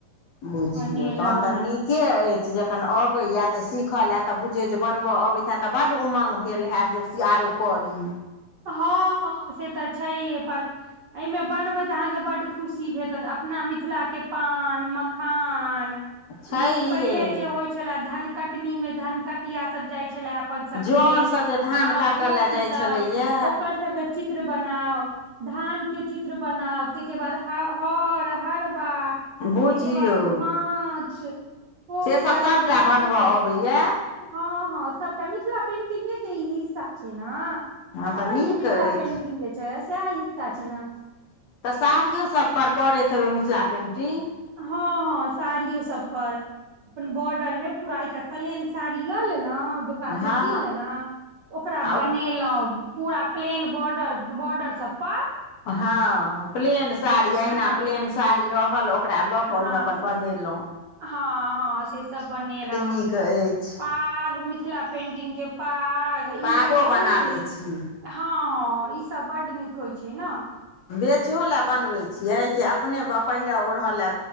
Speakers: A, on the left (about 60°); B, on the right (about 70°).
A: बुझियौ
B: बनेलहुं
A: तहन तऽ
B: हें
A: नीक के अछि जखन अबैया तऽ सीखल हए तऽ बुझैत जे बनबऽ अबैत हैतत तऽ बड उमङ्ग भेल होैत जे से आरो करी
B: हँ से तऽ छैहै पर एहिमे बनबे तऽ अहाँके बड खुशी भेटत अपना मिथिला के पान मखान
A: छैहे
B: ई पहिले जे होइ छलेय धन कटनी मे धननकटिया सब जाय छले अपन सबके
A: जन सब जे धान
B: हँ
A: काटय
B: जोन
A: लए जाइ
B: सब
A: छलैया
B: ओकर सबके चित्र बनाउ धान के चित्र बनाव ताहिके बाद हर हरबा ताहिके
A: बुझियौ
B: बाद माछ पोखेर
A: से सब सभटा
B: झाखेर
A: बनबय अबैया
B: हँ हँ सबटा मिथिला पेंटिंगे के ई हिस्सा छै नऽ
A: हँ तऽ
B: अपन
A: नीक
B: जे मिथिलला
A: अछि
B: पेंटिंग छै से ही सा छै नऽ
A: तऽ साड़ियो सभ पर करैत हेबै मिथिला पेन्टिंग
B: हँ हँ साड़ियो सब पर अपन बॉर्डर में पूरा एकटा प्लेन साड़ी लऽ लेलहु दुकान
A: हँ
B: सऽ कीन लेलहु ओकरा
A: आ
B: बनेलहुं पूरा प्लेन बॉर्डर बोर्डर सबपर
A: हँ प्लेन साड़ी अहिना
B: हँ
A: प्लेन साड़ी रहल ओकरा लऽ
B: हँ
A: कऽ ओहिमे अपन बनेलहुँं
B: हँ हँ से सब बनेलहुँ
A: नीक अछि
B: पाग मिथिला पेंटिंग के पाग ई
A: पागो
B: सब बहुत
A: बना
B: नीक
A: लै छी
B: हँ हँ ई सब बड नीक होइ छै नऽ
A: बेचोहो लय बनबै छियै कि अपने पहिर ओढ़ऽ लय